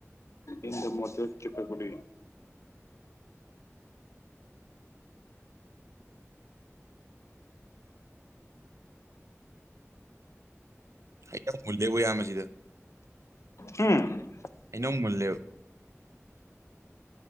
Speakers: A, on the left; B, on the right.
A: ꯏ ꯃꯛꯇ ꯆꯤꯠꯇꯀꯨꯗꯤ
B: ꯑꯩꯇ ꯃꯨꯜꯂꯦꯕꯨ ꯌꯥꯝꯕꯁꯤꯗ
A: ꯎꯝ
B: ꯑꯩꯅꯧ ꯃꯨꯜꯂꯦꯨ